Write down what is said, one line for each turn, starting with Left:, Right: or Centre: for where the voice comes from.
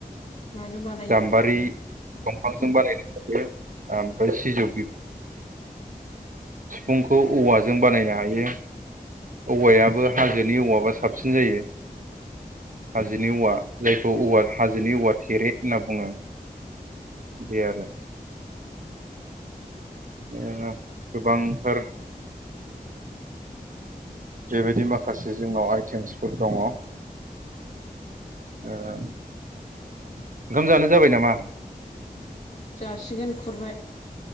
Left: माजों बानायो
Right: गाम्बारि दंफांजों बानायदों ओमफ्राय सिजौ सिफुंखौ औवाजों बानायनो हायो औवायाबो हाजोनि औवाबा साबसिन जायो हाजोनि औवा जायखौव हाजोनि औवा थेरे होनना बुङो बियारा ओ गोबांथार बेबायदि माखासे जोंनाव हाय आइटेनटिफोर दङ ओ‌ ओंखाम जानो जाबाय नामा
Left: जासिगोन खुरबाय